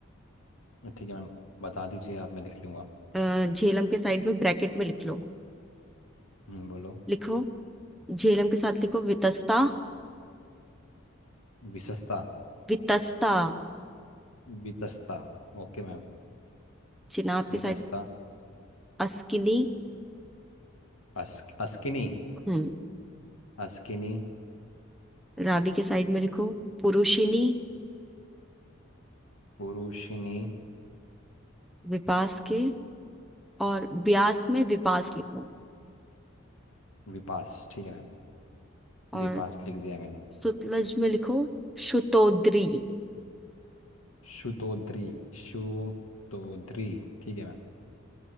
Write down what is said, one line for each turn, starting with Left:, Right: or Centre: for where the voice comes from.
Left: ठीक है मैम बता दीजिए आप मैं लिख लूँगा
Centre: अ, झेलम के साइड में ब्रैकेट में लिख लो
Left: हम्म, बोलो
Centre: लिखो झेलम के साथ लिखो वितस्ता
Left: विशस्ता
Centre: वितस्ता
Left: Vitasta okay ma'am
Centre: चिनाब के
Left: वितस्ता
Centre: साइड अस्किनी
Left: अस, अस्किनी
Centre: हम्म
Left: अस्किनी
Centre: रावी के साइड में लिखो पुरुषिनी
Left: पुरुषिनी
Centre: विपास के और ब्यास में विपास लिखो
Left: विपास ठीक है मैम
Centre: और
Left: विपास लिख दिया मैंने
Centre: सुतलज में लिखो शुतोद्री
Left: शुतोद्री शुतोद्री ठीक है मैम